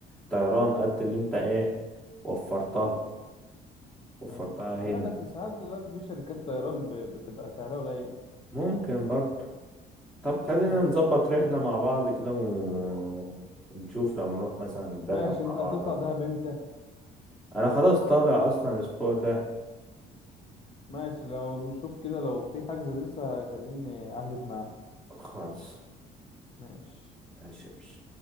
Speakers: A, in the centre; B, on the left.
A: طيران قد اللي انت ايه وفرتها وفرتها
B: ايوه لا
A: هنا
B: بس ساعات دلوقتي في شركات طيران ب- بتبقى سعرها قليل
A: ممكن برضو طب خلينا
B: خلصان
A: نظبط رحلة مع بعض كده و... ونشوف لو نروح مثلا دهب
B: ماشي انت
A: مع بعض
B: هتطلع دهب امتى
A: انا خلاص طالع اصلا الاسبوع ده
B: ماشي لو شوف كده لو في حجز لسه كلمني احجز معاه
A: خالص
B: ماشي
A: ماشي يا باشا.